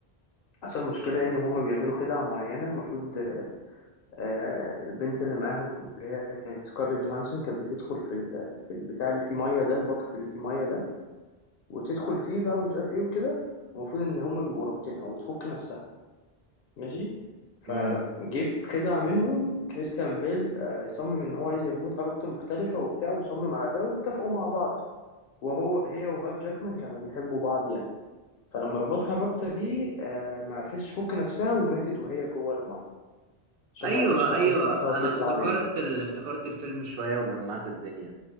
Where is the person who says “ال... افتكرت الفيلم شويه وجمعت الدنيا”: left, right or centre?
Right